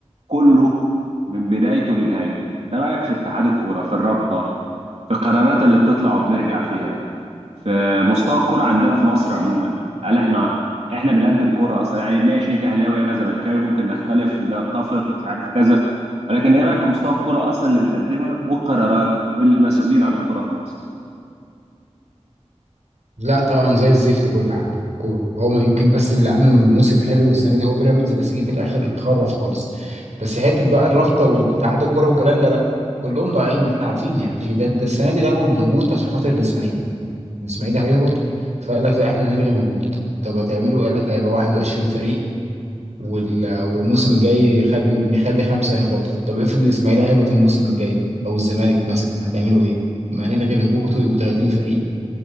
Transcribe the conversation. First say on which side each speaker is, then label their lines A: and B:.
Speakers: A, on the right; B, on the right.
A: كله من بدايته لنهايته ايه رايك في اتحاد الكوره في الرابطه في القرارات اللي بتطلع وبنرجع فيها في مستوى الكرة عندنا في مصر عموما هل احنا احنا بنقدم كرة اصلا يعني ماشي انت اهلاوي انا زملكاوي ممكن نختلف نتفق مش عارف كذا ولكن ايه رأيك في مستوى الكرة اصلا اللي بنقدمها والقرارات والمسؤولين عن الكرة في مصر
B: لا طبعا زي الزفت كل حاجه كوره هو ما يمكن بس اللي عامل موسم حلو السنه دي هو بيراميدز بس جه في الاخر خرف خالص بس حته بقى الرابطه والاتحاد الكوره والكلام ده لا كلهم ضايعين ما احنا عارفين يعني مفيش- ده, ده السنه دي لغوا الهبوط عشان خاطر الاسماعيلي الاسماعيلي هيهبط فقال لك لا احنا هنلغي الهبوط طب هتعملوا ايه قال لك هيبقى 21 فريق وال- والموسم الجاي يخلي نخلي خمسه يهبطوا طب افرض الاسماعيلي هيهبط الموسم الجاي او الزمالك مثلا هتعملوا ايه ما هنلغي الهبوط ويبقوا 30 فريق